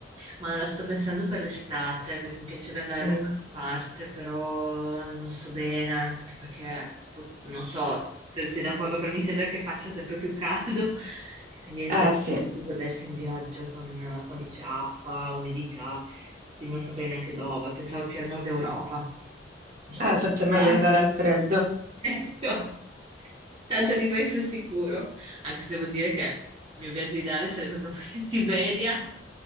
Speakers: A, on the right; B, on the right.
A: Ma la sto pensando per l'estate, perché mi piacerebbe andare
B: Mm.
A: da qualche parte, però non so bene, anche perché pu- non so se sei d'accordo, però mi sembra che faccia sempre più caldo, <laughs> e quindi è
B: Eh
A: proprio
B: sì, eh,
A: difficile godersi un viaggio con, eh, quando c'è afa, umidità, quindi non saprei neanche dove, pensavo più al nord Europa, giusto per
B: faccio
A: scappare,
B: meglio andare
A: <laughs>
B: al freddo.
A: Ecco, tanto lì vai sul sicuro, anche se devo dire che il mio viaggio ideale sarebbe proprio in Siberia.